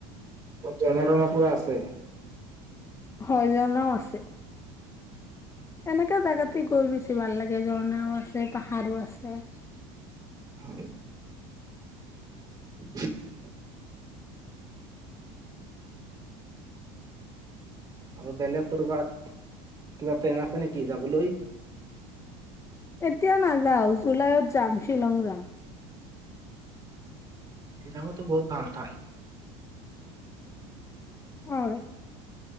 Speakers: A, on the right; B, on the left.
A: ত ঝৰ্ণা তৰ্ণা পুৰা আছে।
B: হয় ঝৰনাও আছে। এনেকুৱা জেগাতে গৈ বেছি ভাল লাগে ঝৰনাও আছে পাহাৰো আছে।
A: হয়। <inaudible> আৰু বেলেগ ক'ৰবাত, কিবা প্লেন আছে নেকি যাবলৈ?
B: এতিয়া নাযাও, জুলাইত যাম শ্বিলং যাম।
A: শ্বিলঙতো বহুত ভাল ঠাই।
B: হয়।